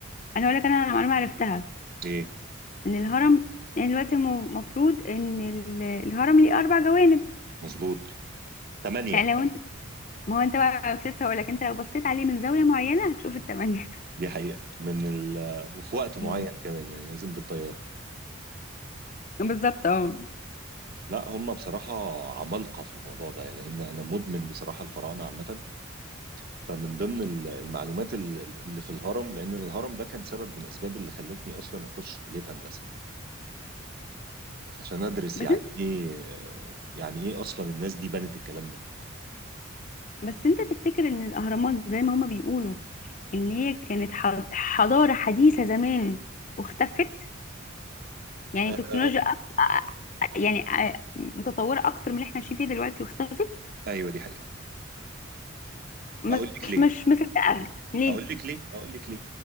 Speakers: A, on the left; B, on the right.
A: انا اقول لك انا معلومه عرفتها
B: ايه
A: ان الهرم يعني دلوقتي المفروض ان ال- الهرم ليه اربع جوانب
B: مظبوط ثمانيه
A: يعني لو ما هو انت بقى كنت لسه هقول لك انت لو بصيت عليه من زاويه معينه هتشوف الثمانيه
B: دي حقيقه من ال وفي وقت معين
A: مم.
B: كمان يعني لازم بالطياره
A: <laughs> بالظبط اه
B: لا هم بصراحه عمالقه في الموضوع ده لان انا مدمن بصراحه الفراعنه عامه فمن ضمن ال- المعلومات ال- اللي في الهرم لان الهرم ده كان سبب من الاسباب اللي خلتني اصلا اخش كليه هندسه عشان ادرس
A: بس
B: يعني
A: انت
B: ايه يعني ايه اصلا الناس دي بنت الكلام ده
A: بس انت تفتكر ان الاهرامات زي ما هما بيقولوا ان هي كانت ح- حضاره حديثه زمان واختفت يعني
B: آه،
A: تكنولوجيا أكتر يعني أ- متطوره اكتر من اللي احنا عايشين فيه دلوقتي واختفت
B: ايوه دي حقيقه
A: مش
B: اقول لك ليه
A: مش مصدقه ليه
B: اقول لك ليه اقول لك ليه